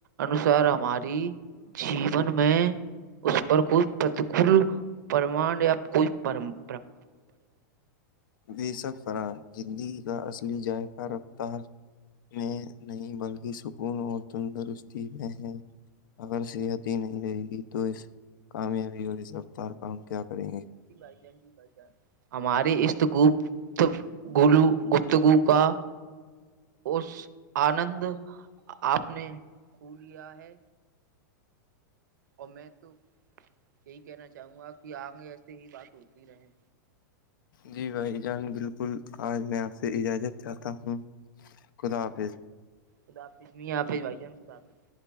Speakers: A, on the right; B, on the left.
A: انوسار ہماری جیون میں اس پر کوئی پرتکول پرمان یا کوئی پرمپ
B: بی سب فر ہی اصلی ذائقہ رفتار میں نہیں بلکہ سکون اور تندرستی میں ہے اگر صحت ہی نہیں رہے گی تو اس کامیابی اور اس رفتار کا کیا کریں گے
A: جی بھائی جان جی بھائی جان ہماریے اس تو گ گولو گفتگو کا اس آنند آپ نے ک لیا ہے ا میں تو یہی کہنا چاہوں گا کہ آگے ایسے ہی بات ہوتی رہے
B: جی بھائی جان بالکل آج میں آپ سے اجازت چاہتا ہوں خدا حافظ
A: ا آپ م آپ بائی جن کود تو <inaudible>